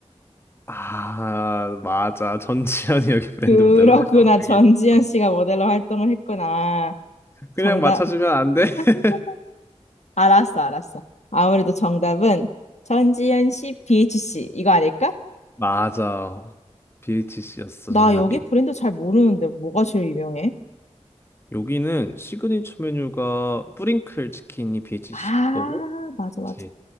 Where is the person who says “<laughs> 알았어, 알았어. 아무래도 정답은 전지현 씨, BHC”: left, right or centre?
Left